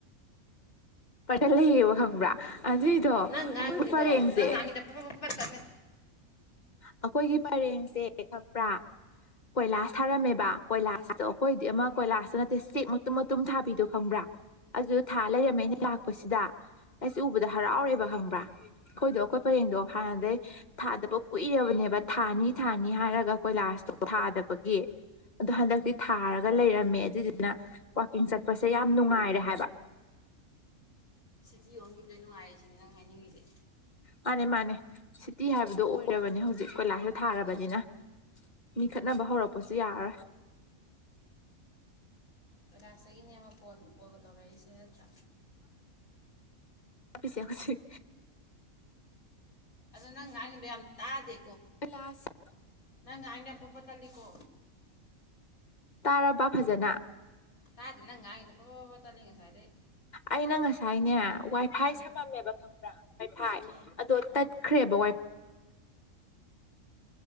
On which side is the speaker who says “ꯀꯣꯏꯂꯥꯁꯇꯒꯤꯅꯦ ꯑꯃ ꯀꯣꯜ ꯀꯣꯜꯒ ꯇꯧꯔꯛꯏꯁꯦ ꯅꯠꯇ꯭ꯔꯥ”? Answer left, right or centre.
Left